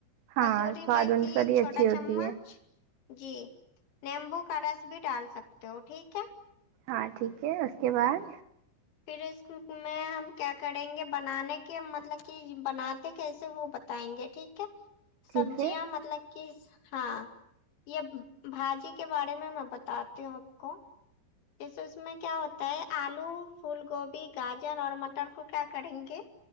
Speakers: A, on the right; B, on the left.
A: ہاں
B: کسوری
A: سواد
B: میتھی
A: انساری
B: ایک چھوٹا
A: اچھی ہوتی
B: چمچ
A: ہے
B: جی نیمبو کا رس بھی ڈال سکتے ہو ٹھیک ہے
A: ہاں ٹھیک ہے اس کے بعد
B: پھر اس میں ہم کیا کریں گے بنانے کے مطلب کہ بنا تے کیسے وہ بتائیں گے ٹھیک کے
A: ٹھیک
B: سبزیاں
A: ہے
B: مطلب کہ س ہاں یہ ب بھاجی کے بارے میں میں بتاتی ہوں آپ کو جیسے اس میں کیا ہوتا ہے آلو پھول گوبھی گاجر اور مٹر کو کیا کریں گے